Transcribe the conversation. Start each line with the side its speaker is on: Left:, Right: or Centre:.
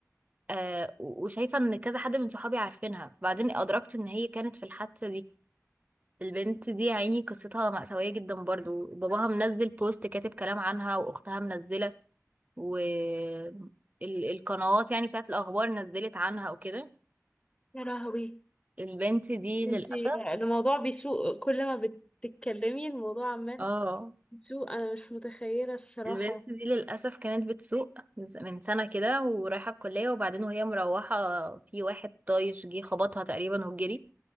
Right: آه، و- وشايفه ان كذا حد من صحابي عارفينها بعدين ادركت ان هي كانت في الحادثه دي البنت دي يا عيني قصتها مأساوية جدا برضو باباها منزل بوست كاتب كلام عنها وأختها منزلة والقنوات يعني بتاعت الأخبار نزلت عنها وكده
Left: يا لهوي
Right: البنت دي للأسف
Left: انتي الموضوع بيسوء كل ما بتتكلمي الموضوع عمال
Right: اه
Left: سوق انا مش متخيله الصراحه
Right: البنت دي للأسف كانت بتسوق ز- من سنة كده ورايحة الكلية وبعدين وهي مروحة في واحد طايش جه خبطها تقريبا وجري